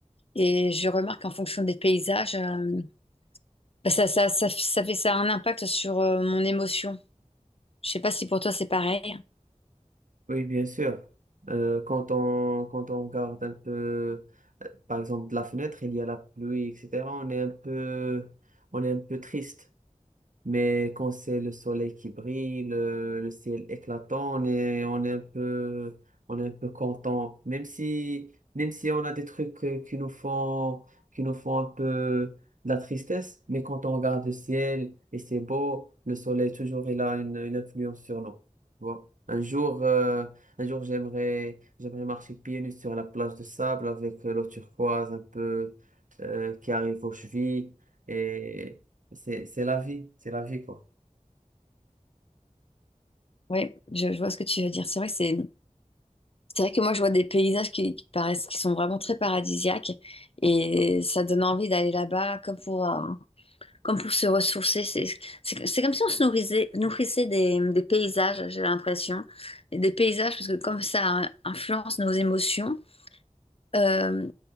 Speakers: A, on the left; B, on the right.
A: Et je remarque en fonction des paysages, euh, bah, ça, ça, ça, ça fait ça a un impact sur euh, mon émotion. Je sais pas si pour toi c'est pareil.
B: Oui, bien sûr. Euh, quand on, quand on regarde un peu, euh, par exemple, de la fenêtre, il y a la pluie, etc. On est un peu, on est un peu triste. Mais quand c'est le soleil qui brille, le, le ciel éclatant, on est, on est un peu, on est un peu content. Même si, même si on a des trucs euh, qui nous font, qui nous font un peu de la tristesse, mais quand on regarde le ciel et c'est beau, le soleil toujours il a une, une influence sur nous. Tu vois. Un jour, euh, un jour j'aimerais, j'aimerais marcher pieds nus sur la plage de sable avec euh, l'eau turquoise un peu euh, qui arrive aux chevilles et c'est, c'est la vie, c'est la vie, quoi.
A: Oui, je, je vois ce que tu veux dire. C'est vrai que c'est c'est vrai que moi je vois des paysages qui, qui paraissent qui sont vraiment très paradisiaques et ça donne envie d'aller là-bas comme pour euh, comme pour se ressourcer. C'est c'est- c'est comme si on se nourrissait, nourrissait des, des paysages, j'ai l'impression. Et Des paysages, parce que comme ça influence nos émotions, euh,